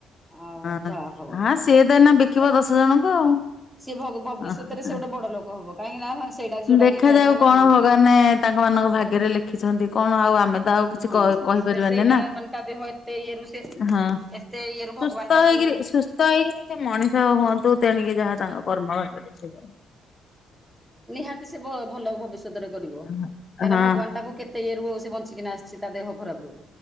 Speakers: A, in the centre; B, on the left.
A: ଆଉ
B: ହଁ
A: ଯାହା ହଉ
B: ହଁ ସିଏ ତ ଏଇନା ବିକିବ ଦଶ ଜଣଙ୍କୁ ଆଉ।
A: ସିଏ ଭ ଭବିଷ୍ୟତରେ
B: <unintelligible>
A: ସେ ଗୋଟେ ବଡ଼ ଲୋକ ହବ କାହିଁକି ନା ସେଇଟା ଯୋଉଟାକି
B: ଦେଖାଯାଉ
A: ମାନେ
B: କଣ
A: ହଁ
B: ଭଗବାନେ ତା ତାଙ୍କମାନଙ୍କ ଭାଗ୍ୟରେ ଲେଖିଛନ୍ତି କଣ ଆଉ ଆମେ ତ ଆଉ କିଛି
A: ହଁ
B: କହି କହିପାରିବାନି
A: ସେ ସେଇଟା
B: ନା।
A: ମାନେ ତା ଦେହ ଏତେ ଇଏରୁ ସେ
B: ହଁ
A: ଏତେ ଇଏରୁ
B: ସୁସ୍ଥ
A: ଭଗବାନ ତାକୁ
B: ହେଇକିରି ସୁସ୍ଥ ହେଇକିରି ତ ମଣି <unintelligible> ହୁଅନ୍ତୁ ତେଣିକି ଯାହା ତାଙ୍କ କର୍ମ ହଁ ଆଜ୍ଞା।
A: ନିହାତି ସେ ଭ ଭଲ ଭବି ଷ୍ୟତ କରିବ
B: ହଁ
A: କାହିଁକିନା
B: ହଁ
A: ଭଗବାନ ତାକୁ କେତେ ଇଏ ରୁ ସେ ବଞ୍ଚିକିନା ଆସିଛି ତା ଦେହ ଖରାପ ରୁ।